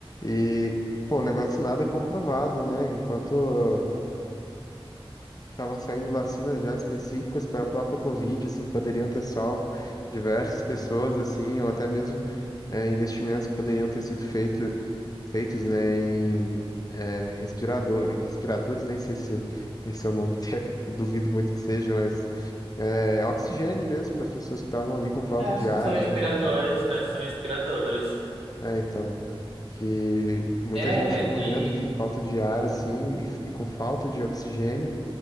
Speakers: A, on the left; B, on the right.
A: E, pô, o negócio nada comprovado, né? Enquanto estavam saindo vacinas já específicas para a própria Covid, assim, que poderiam ter salvo diversas pessoas, assim, ou até mesmo é, investimentos que poderiam ter sido feitos feitos, né, em é, respirador, em respiradores, nem sei se esse é o nome <laughs> técnico, duvido muito que seja, mas é, oxigênio mesmo para as pessoas que estavam ali com falta
B: É,
A: de
B: acho
A: ar,
B: que são respiradores,
A: né?
B: acho que são respiradores.
A: É, então, que muita
B: É,
A: gente morrendo
B: e
A: de falta de ar, assim, e, f- e com falta de oxigênio,